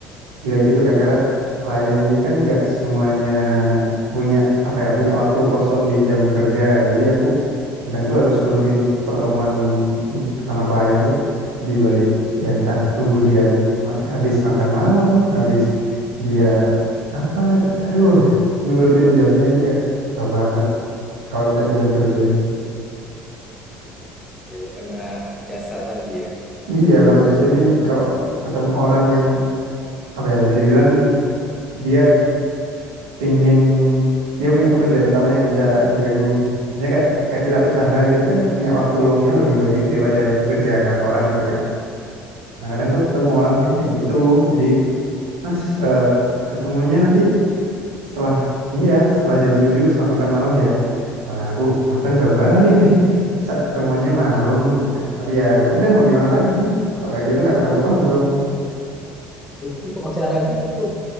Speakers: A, on the right; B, on the left.
A: juga gitu kan karena klien ini kan nggak semuanya punya apa ya punya waktu kosong di jam kerja jadi aku kadang tuh harus menuhin pertemuan mm, sama klien tuh di balik ya entah nunggu dia ma- habis makan malam habis dia apa aduh nurutin jamnya ini kayak susah banget kalau minta di jam kerja ini
B: Jadi karena jasa tadi ya.
A: iya kalau jasa ini kalau ketemu orang yang apa ya bisa dibilang dia pingin dia punya pekerjaan utama yang nggak bisa diganggu. Misalnya kayak kayak wirausaha gitu kan punya waktu luangnya lebih banyak daripada yang pekerja kantoran gitu kan. Nah, kadang tuh ketemu orangnya kayak gitu. Jadi, Mas, eh, ketemunya nanti setelah ini ya, setelah jam tujuh setelah makan malam ya. Wah, aku aku kan udah balik nih. Masa ketemuannya malam gitu. Tapi ya ya udah mau gimana lagi? Kalau nggak gitu nggak ketemu-ketemu dong.
B: Itu acaranya itu